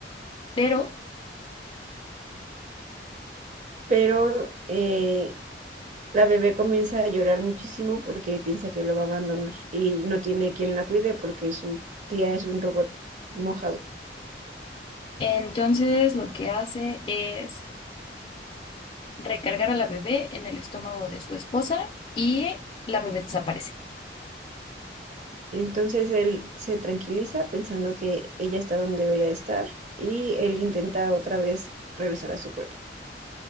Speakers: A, on the left (about 30°); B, on the right (about 45°).
A: pero
B: Pero eh, la bebé comienza a llorar muchísimo porque piensa que lo va a abandonar y no tiene quien la cuide porque su tía es un robot mojado.
A: Entonces lo que hace es recargar a la bebé en el estómago de su esposa y la bebé desaparece.
B: Entonces él se tranquiliza pensando que ella está donde debería de estar y él intenta otra vez regresar a su cuerpo.